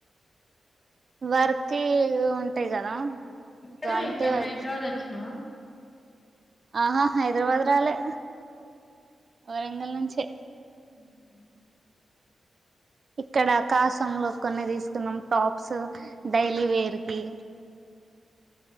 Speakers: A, on the right (about 45°); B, on the left (about 20°).
A: వర్కి ఇవి ఉంటాయి కదా
B: ఇక్కడ
A: ఈగ అంతే
B: ఇక్కడ
A: గది
B: హైదరాబాద్ వచ్చినావా
A: ఆహా హైదరాబాద్ రాలే వరంగల్ నుంచే
B: ఉహు
A: ఇక్కడ కాశంలో కొన్ని తీసుకున్నాం టాప్స్ డైలీ వేర్ కి